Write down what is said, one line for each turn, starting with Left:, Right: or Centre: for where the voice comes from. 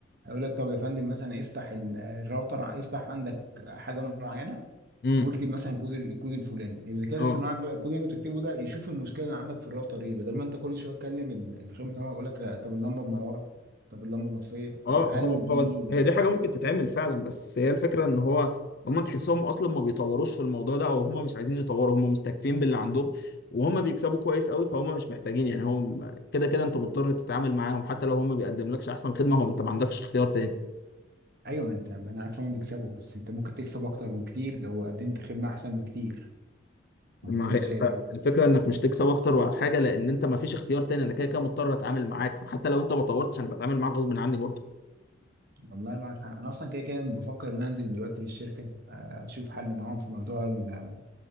Right: هيقول لك طب يا فندم مثلا افتح ال- الراوتر افتح عندك حاجه معينه
Left: امم
Right: واكتب مثلا الكود الكود الفلاني الذكاء الاصطناعي
Left: اه
Right: بقى الكود اللي انت بتكتبه ده يشوف المشكله اللي عندك في الراوتر ايه بدل ما انت كل شويه تكلم ال- الخدمه العملاء يقول لك لا، طب اللمبه منوره طب اللمبه مطفيه طب
Left: اه
Right: هل
Left: هو هو
Right: دي
Left: هي
Right: ايه
Left: دي
Right: حق
Left: حاجة ممكن تتعمل فعلا بس هي الفكرة ان هو هم تحسهم اصلا ما بيطوروش في الموضوع ده او هم مش عايزين يطوروا هم مستكفين باللي عندهم وهم بيكسبوا كويس قوي فهم مش محتاجين يعني هم كده كده انت مضطر تتعامل معاهم حتى لو هم بيقدم لكش احسن خدمة هو انت ما عندكش اختيار تاني
Right: ايوه ما انت ما انا عارف ان هم بيكسبوا بس انت ممكن تكسب اكتر بكتير لو قدمت خدمه احسن بكتير ولا
Left: ما
Right: انت
Left: هي
Right: شايف ايه؟
Left: الفكرة انك مش تكسب اكتر ولا حاجة لان انت ما فيش اختيار تاني انا كده كده مضطر اتعامل معاك فحتى لو انت ما طورتش انا بتعامل معاك غصب عني برضه
Right: والله معك حق انا اصلا كده كده بفكر ان أنا انزل دلوقتي للشركه آه، اشوف حل معاهم في موضوع ال-